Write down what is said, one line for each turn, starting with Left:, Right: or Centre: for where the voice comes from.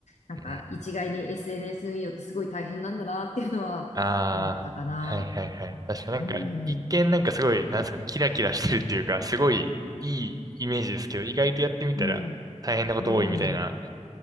Left: なんか一概に
Right: うん。
Left: SNS によってすごい大変なんだなっていうのは思ったかな。
Right: ああ、はいはいはい。確かなんか、
Left: うん、
Right: 一見なんかすごい、なんですかね、キラキラしてるっていうか、すごいいいイメージですけど、意外とやってみたら大変なこと多いみたいな。
Left: うん、うん。